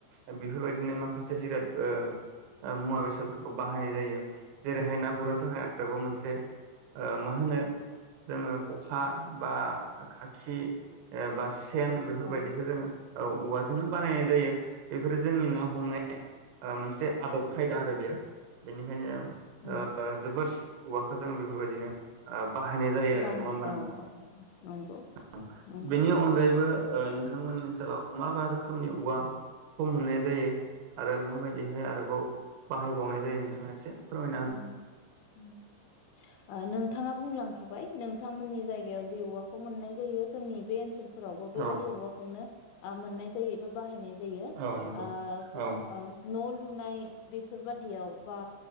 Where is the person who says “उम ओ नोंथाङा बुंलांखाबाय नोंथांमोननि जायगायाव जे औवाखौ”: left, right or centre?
Left